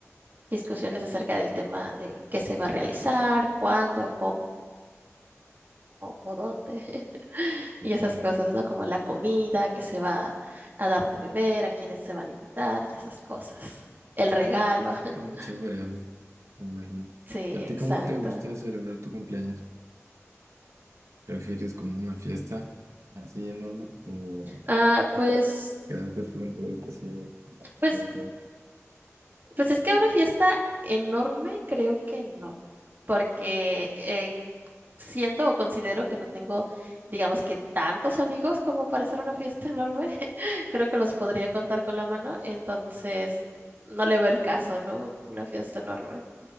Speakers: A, on the right; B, on the right.
A: discusiones acerca del tema de qué se va a realizar, cuándo, o dónde, <laughs>
B: Entiendo.
A: y esas cosas, ¿no? Como la comida que se va a dar de beber, a quienes se van a invitar y esas cosas. El regalo,
B: Sí,
A: <laughs>
B: son muchas variables, me imagino.
A: sí,
B: ¿A
A: exacto.
B: ti cómo te gusta celebrar tu cumpleaños? ¿Prefieres como una fiesta así enorme o
A: Ah, pues,
B: quedarte tú en tu habitación?
A: pues,
B: Pero
A: pues es que una fiesta enorme creo que no, porque eh, siento o considero que no tengo, digamos que tantos amigos como para hacer una fiesta enorme. <laughs> Creo que los podría contar con la mano, entonces no le veo el caso, ¿no? Una fiesta enorme.